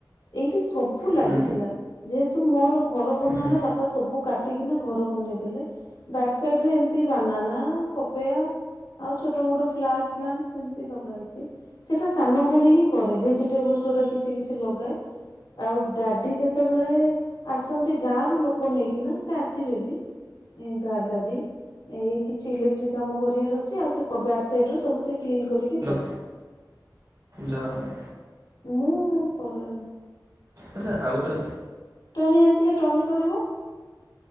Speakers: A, on the left; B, on the right.
A: ଏଇଠି ସବୁ ଲାଗିଥିଲା,
B: ହୁଁ
A: ଯେହେତୁ ମୋର ଘର ବନା
B: ହୁଁ
A: ହେଲା। ବାପା ବାପା ସବୁ କାଟିକିନା ଘର ବନେଇଦେଲେ। ବ୍ୟାକ୍ ସାଇଡ ରେ ଏମିତି ବାନାନା ପପେୟା ଆଉ ଛୋଟ ମୋଟ ଫ୍ଲାୱାର ପ୍ଲାଣ୍ଟ ସେମିତି ଲଗା ହେଇଛି। ସେଇଟା ସାନ ଭଉଣୀ ହିଁ କରେ, ଭେଜିଟେବଲସ ଯୋଉଟା କିଛି କିଛି ଲଗାଏ। ଆଉ ଡାଡି ଯେତେବେଳେ ଆସନ୍ତି ଗାଁ ରୁ ଲୋକ ନେଇକିନା, ସେ ଆସିବେ ବି ଗାଁ ଡାଡି। ଏଇ କିଛି ଇଲେକ୍ଟ୍ରି କାମ କରିବାର ଅଛି ଆଉ ବ୍ୟାକ୍ ସାଇଡୁ ସବୁ ସେ କ୍ଲିନ୍‌ କରିକି
B: ହାଲୋ
A: ଯାଏ।
B: ଯା ହଉ
A: ମୁଁ କରୁନି।
B: ଆଛା ଆଉ ଗୋଟେ
A: ଟର୍ନି ଆସିଲେ ଟର୍ନି କରିବ।